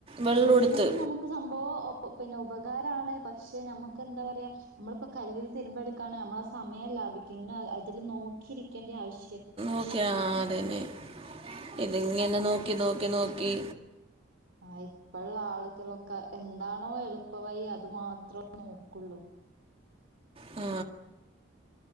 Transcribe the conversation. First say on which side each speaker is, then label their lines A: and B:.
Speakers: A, on the right; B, on the right.
A: വെള്ളം
B: തിരുമ്മുന്നതും
A: എടുത്ത്
B: നമുക്ക് സംഭവം പിന്നെ ഉ രാണ് പക്ഷെ നമുക്ക് എന്താ പറയാ നമ്മളിപ്പോ കല്ൽ രുമ്പെടുക്കാണ് നമ്മള ആ സമയം ലാഭിക്കും ഇങ്ങനെ അതിൽ നോക്കിയിരിക്കേണ്ടി ആവശ്യ
A: ഓക്കെയ അതെന്നെ ഇതിങ്ങനെ നോക്കി
B: ഈ
A: നോക്കി നോക്കി
B: ആഹ് ഇപ്പള്ള ആളുകളൊക്കെ എന്താണോ എളുപ്പ വഴി അതു മാത്രം നോക്കുള്ളൂ
A: ആ